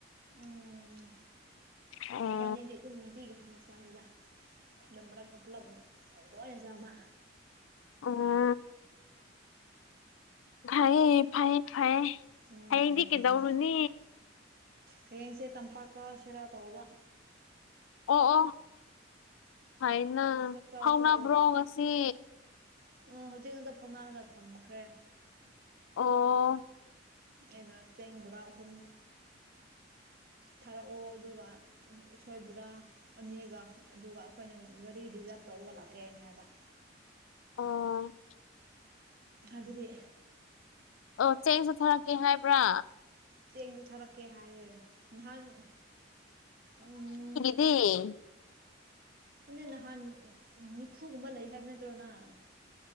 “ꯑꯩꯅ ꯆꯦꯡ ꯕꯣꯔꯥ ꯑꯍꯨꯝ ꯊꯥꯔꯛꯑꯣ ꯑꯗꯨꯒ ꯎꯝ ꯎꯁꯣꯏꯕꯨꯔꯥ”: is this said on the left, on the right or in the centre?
Right